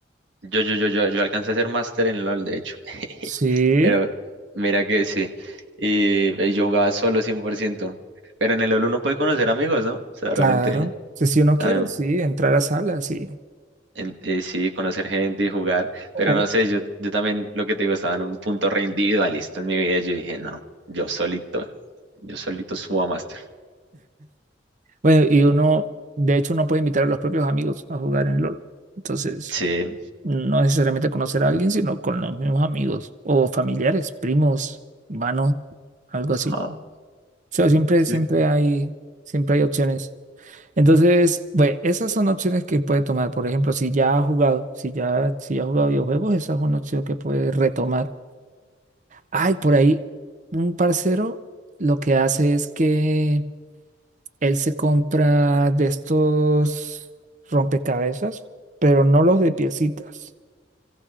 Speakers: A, on the right; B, on the right.
A: yo, yo, yo, yo, yo alcancé a ser máster en LOL, de hecho. <laughs>
B: Sí,
A: Pero mira que sí. Y, y yo jugaba solo cien por ciento Pero en el LOL uno puede conocer amigos, ¿no? O sea, realmente
B: claro. Si si uno
A: también,
B: quiere, sí, entrar a salas y...
A: en- eh, sí, conocer gente y jugar.
B: o-
A: Pero no sé, yo, yo también, lo que te digo, estaba en un punto re individualista en mi vida. Yo dije, no, yo solito, yo solito subo a máster.
B: bueno, y uno, de hecho, uno puede invitar a los propios amigos a jugar en LOL. Entonces,
A: Sí.
B: no necesariamente conocer a alguien, sino con los mismos amigos o familiares, primos, hermanos, algo así.
A: Ajá.
B: O sea, siempre, siempre
A: Sí.
B: hay, siempre hay opciones. Entonces, bueno, esas son opciones que puede tomar. Por ejemplo, si ya ha jugado, si ya, si ya ha jugado videojuegos, esa es una opción que puede retomar. Ay, por ahí, un parcero lo que hace es que él se compra de estos rompecabezas, pero no los de piecitas,